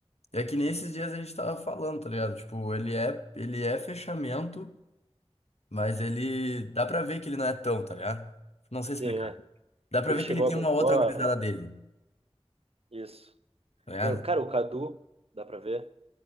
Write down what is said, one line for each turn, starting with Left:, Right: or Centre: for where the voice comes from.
Left: é que nesses dias a gente tava falando, tá ligado? Tipo, ele é, ele é fechamento, mas ele dá pra ver que ele não é tão, tá ligado? Não sei explicar.
Right: sim, é.
Left: Dá pra
Right: Que
Left: ver
Right: ele chegou
Left: que ele tem uma outra
Right: agora.
Left: gurizada dele,
Right: Isso.
Left: tá ligado?
Right: Eu- Cara, o Cadu, dá pra ver.